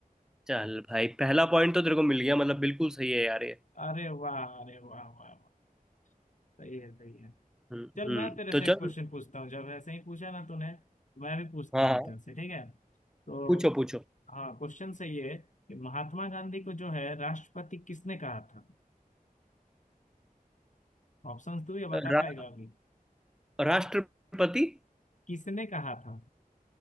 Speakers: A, in the centre; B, on the left (about 55°).
A: चल भाई पहला पॉइंट तो तेरे को मिल गया मतलब बिल्कुल सही है यार ये
B: अरे वाह अरे वाह वाह वाह सही है सही है
A: हम्म
B: चल
A: हम्म,
B: मैं तेरे
A: तो
B: से एक
A: चल
B: क्वेश्चन पूछता हूँ जब ऐसे ही पूछा ना तूने मैं भी पूछता
A: हाँ
B: हूँ
A: हाँ
B: तेरे से ठीक है तो
A: पूछो पूछो
B: हाँ क्वेश्चन सही है कि महात्मा गांधी को जो है राष्ट्रपति किसने कहा था ऑप्शन तू ये बता
A: रा,
B: पाएगा अभी
A: राष्ट्रपति
B: किसने कहा था